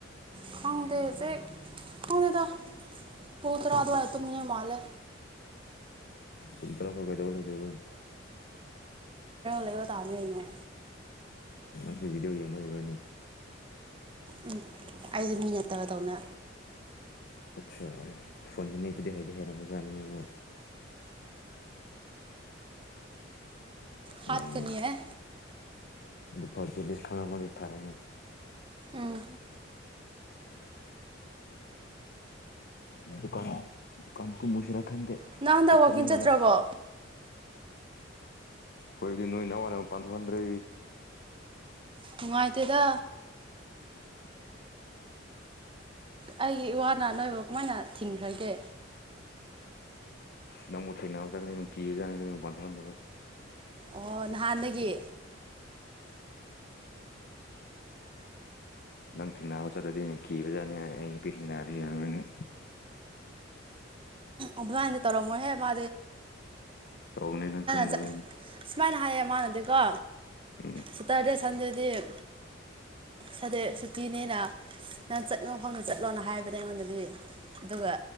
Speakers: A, on the right; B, on the left.
A: ꯈꯥꯗꯁ ꯈꯗꯗ ꯄꯨꯣ ꯇ ꯔꯥꯗꯋꯥ ꯇꯨꯝꯃꯤꯅ ꯃꯜꯂꯦ
B: ꯄꯨ ꯇꯔ ꯐ ꯀꯥꯏꯗꯧꯕ ꯂꯩꯗꯕ
A: ꯇꯕ ꯇꯥꯉꯅꯣ
B: ꯁꯨꯕꯤꯗꯤꯑꯣ ꯌꯦꯡꯕꯕꯅꯤ
A: ꯎꯝ ꯑꯩꯁꯦ ꯃꯤ ꯅꯠꯇꯕꯗꯧꯅ
B: ꯑꯠꯆꯥ ꯐꯣꯟꯗꯤꯃꯤ ꯗꯦꯍꯥꯏꯗꯦ ꯍꯦꯔꯃꯣꯖꯥꯅꯦ ꯃ
A: ꯍꯥꯠ
B: ꯌꯥꯏꯅꯦ
A: ꯀꯅꯤ ꯍꯥꯏ
B: ꯑꯗꯨ ꯐꯁꯀꯥꯎ ꯏꯇꯥꯔꯦ <unintelligible>
A: ꯎꯝ
B: ꯥꯟ ꯗꯨꯀꯥꯟ ꯀ ꯃꯁꯤꯔꯥ ꯈꯪꯗ
A: ꯅꯪ ꯍꯟꯗꯛ
B: ꯆꯨꯞꯨꯞ
A: ꯋꯥꯛꯀꯤꯡ
B: ꯆꯥꯅꯤꯡ ꯂꯩ
A: ꯆꯠꯇ꯭ꯔꯕꯣ
B: ꯀꯣꯏ ꯅꯣꯏ ꯅꯋꯥꯅꯦ ꯄꯊ ꯄꯟꯗ꯭ꯔ
A: ꯅꯨꯡꯉꯥꯏꯇꯦꯗ
B: <unintelligible> <unintelligible> <unintelligible>
A: ꯑꯩꯒꯤ ꯏ ꯋꯥꯅꯥ ꯅꯣꯏꯐ ꯀꯃꯥꯏꯅ ꯊꯤꯡꯈ꯭ꯔꯒꯦ
B: ꯅꯣꯡ ꯃꯨ ꯊꯦꯅꯅꯥꯖꯥꯒꯅꯤ ꯀꯤꯖ ꯥꯟꯊꯣꯛꯥꯟꯖꯕ
A: ꯑꯣ ꯅꯍꯥꯟꯗꯒꯤ
B: ꯅꯪ ꯊꯦꯡꯅꯥꯕ ꯆꯠꯂꯗꯤ ꯅꯪ ꯀꯤꯕꯖꯥꯠꯅꯤ ꯑꯩ ꯅꯨꯄꯤ ꯊꯦꯡꯅꯔꯗꯤ ꯌꯥꯣꯏꯅꯪ
A: ꯑꯗꯨꯃꯥꯏꯅ ꯇꯧꯔꯝꯃꯣꯏ ꯍꯦ ꯃꯥ
B: ꯇꯧꯅꯤ ꯅꯪ ꯈꯪꯗꯕꯅꯤꯩꯅ
A: ꯆꯠ ꯁꯨꯃꯥꯏꯅ ꯍꯥꯏꯌꯦ ꯃꯥꯅꯗꯤꯀꯣ
B: ꯎꯝ
A: ꯁꯇꯔꯗꯦ ꯁꯟꯗꯦꯗꯤ ꯁꯗꯦꯛ ꯁꯨꯇꯤꯅꯦꯅ ꯅꯪ ꯆꯠꯅꯤꯡꯕꯐꯝꯗ ꯆꯠꯂꯣꯅ ꯍꯥꯏꯕꯅꯦ ꯑꯩꯉꯣꯟꯗꯗꯤ ꯑꯗꯨꯒ